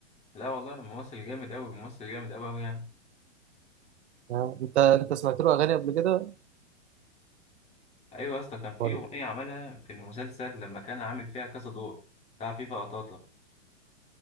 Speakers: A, on the left (about 20°); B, on the right (about 70°).
A: لا والله ممثل جامد قوي ممثل جامد قوي قوي يعني
B: آه، انت انت سمعت له اغاني قبل كده
A: ايوه يا اسطى كان في
B: ولا
A: اغنيه عملها في المسلسل لما كان عامل فيها كذا دور بتاع فيفا قطاطا